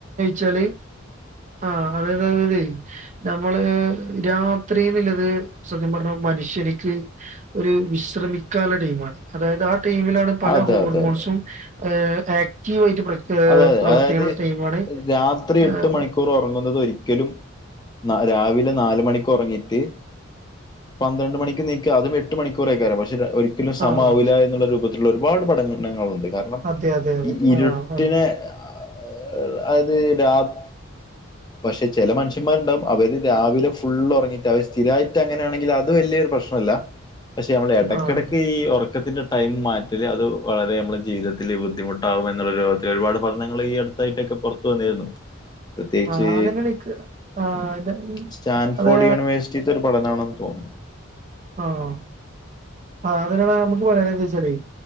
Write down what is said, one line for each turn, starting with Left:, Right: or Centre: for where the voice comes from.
Right: ചോയിച്ചാല് ആ അത് <unintelligible> നമ്മള് രാത്രി എന്ന്ള്ളത് സത്യം പറഞ്ഞാ മനുഷ്യനിക്ക് ഒരു വിശ്രമിക്കാനുള്ള ടൈമാണ് അതായത് ആ ടൈമിലാണ് പല
Left: അതെ
Right: ഹോർമോൺസും
Left: അതെ അതെ
Right: ഏഹ് ആക്റ്റീവ് ആയിട്ട് പ്ര ഏഹ്
Left: അതെ അതെ
Right: പ്രവർത്തിക്കുന്ന
Left: അതായത്
Right: ടൈമാണ്
Left: രാത്രി എട്ട്
Right: ആഹ്
Left: മണിക്കൂർ ഒറങ്ങുന്നത് ഒരിക്കലും ന രാവിലെ നാല് മണിക്ക് ഒറങ്ങീറ്റ് പന്ത്രണ്ട് മണിക്ക് നീക്കാ അത് വെ എട്ട് മണിക്കൂറൊക്കെ ആവാം പക്ഷെ ഒരിക്കലും സമാവില്ല
Right: ആഹ്
Left: എന്നുള്ള രൂപത്തിലുള്ള ഒരുപാട് പഠനങ്ങളുണ്ട് കാര ണം
Right: അതെ അതെ അതെ
Left: ഇ ഇരുട്ടിനെ
Right: ആഹ് ആണ്
Left: ആഹ് അതായത് രാത് പക്ഷെ ചെല മനുഷന്മാരുണ്ടാവും അവര് രാവിലെ ഫുള്ള് ഒറങ്ങീട്ട് അവര് സ്ഥിരായിട്ട് അങ്ങനെയാണെങ്കിൽ അത് വലിയൊരു പ്രശ്നല്ല പക്ഷേ നമ്മള് എടക്കെടക്ക്
Right: ആഹ്
Left: ഈ ഒറക്കത്തിന്റെ ടൈം മാറ്റല് അത് വളരെ നമ്മളെ ജീവിതത്തില് ബുദ്ധിമുട്ടാവും എന്നുള്ളൊരു ഒരുപാട് പഠനങ്ങള് ഈ അടുത്തായിട്ടൊക്കെ പൊറത്തു വന്നിരുന്നു പ്രത്യേകിച്ച്
Right: ആഹ് അതന്നെയാണ് ഇക്ക് ആഹ് ഇത്
Left: സ്റ്റാൻഫോർഡ്
Right: അത്
Left: യൂണിവേഴ്സിറ്റി ഇതൊരു പഠനാണെന്ന് തോനുന്നു
Right: ആഹ് അ അങ്ങനാണേ നമ്മക്ക് പറയാന് ന്ന് വെച്ചാലേ